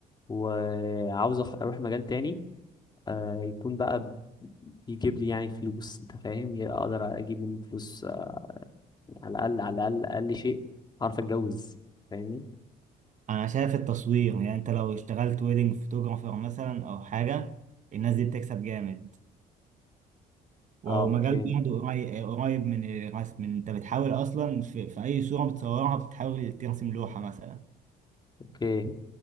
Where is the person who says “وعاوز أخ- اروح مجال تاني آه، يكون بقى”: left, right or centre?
Left